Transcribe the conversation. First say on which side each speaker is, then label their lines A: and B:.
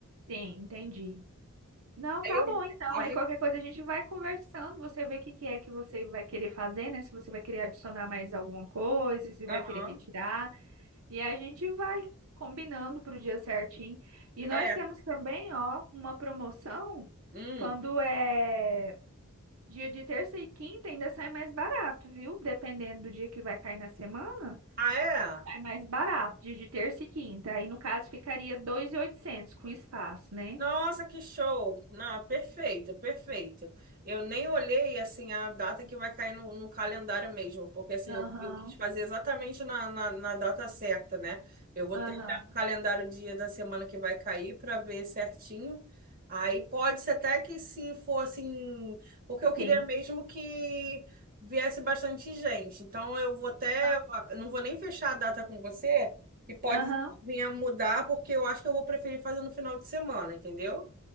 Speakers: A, on the right (about 70°); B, on the right (about 40°).
A: Sim, entendi. Não,
B: Aí
A: tá
B: eu.
A: bom, então.
B: A
A: Aí
B: gente...
A: qualquer coisa a gente vai conversando. Você vê o que que é que você vai querer fazer, né? Se você vai querer adicionar mais alguma coisa, se
B: Aham.
A: vai querer retirar. E a gente vai combinando para o dia certinho. E nós
B: É.
A: temos também, ó, uma promoção
B: Hum.
A: quando é dia de terça e quinta, ainda sai mais barato, viu? Dependendo do dia que vai cair na semana,
B: Ah, é?
A: sai mais barato, dia de terça e quinta. Aí, no caso, ficaria 2.800 com espaço, né?
B: Nossa, que show! Não, perfeito, perfeito. Eu nem olhei assim a data que vai cair no, no calendário mesmo, porque assim
A: Aham,
B: eu, eu quis fazer exatamente na, na, na data certa, né? Eu vou
A: aham.
B: tentar o calendário dia da semana que vai cair para ver certinho. Aí pode ser até que se fosse, em- porque eu queria
A: Sim.
B: mesmo que viesse bastante gente. Então eu vou até,
A: Aham,
B: eu não vou nem fechar a data com você. E pode
A: aham,
B: vinha mudar, porque eu acho que eu vou preferir fazer no final de semana, entendeu?